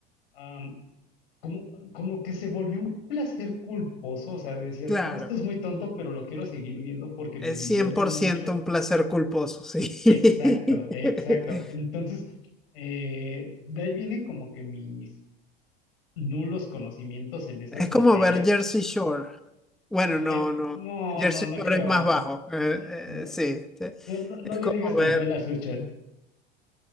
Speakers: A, on the left (about 70°); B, in the centre.
A: am, como, como que se volvió un placer culposo. O sea, decías,
B: Claro,
A: oh, esto es muy tonto, pero lo quiero seguir viendo porque
B: es
A: me divierte
B: cien por
A: mucho.
B: ciento un placer culposo, sí.
A: Exacto, exacto. Entonces,
B: <laughs>
A: eh, de ahí vienen como que mis nulos conocimientos en esas
B: Es como
A: materias.
B: ver Jersey Shore. Bueno, no,
A: Ay,
B: no.
A: no,
B: Jersey
A: no, no
B: Shore
A: creo.
B: es más bajo. Eh,
A: No,
B: eh, sí, sí.
A: No, no, no
B: es
A: le
B: como
A: digas tan
B: ver
A: feo a las luchas.